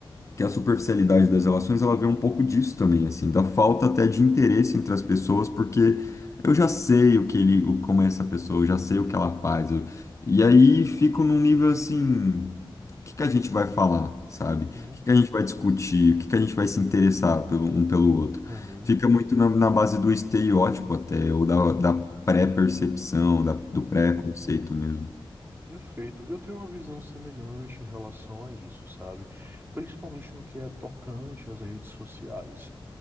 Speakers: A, on the left; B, on the right.
A: que a superficialidade das relações ela vem um pouco disso também, assim, da falta até de interesse entre as pessoas, porque eu já sei o que ele, o- como é essa pessoa, eu já sei o que ela faz, eu- e aí fico num nível assim, o que que a gente vai falar, sabe?
B: uhum,
A: O que que a gente vai discutir? O que que a gente vai se interessar pelo, um pelo outro?
B: uhum,
A: Fica muito na, na base do estereótipo até, ou da, da pré-percepção, da, do
B: uhum,
A: pré-conceito
B: uhum.
A: mesmo.
B: Perfeito. Eu tenho uma visão semelhante em relação a isso, sabe? Principalmente no que é tocante às redes sociais.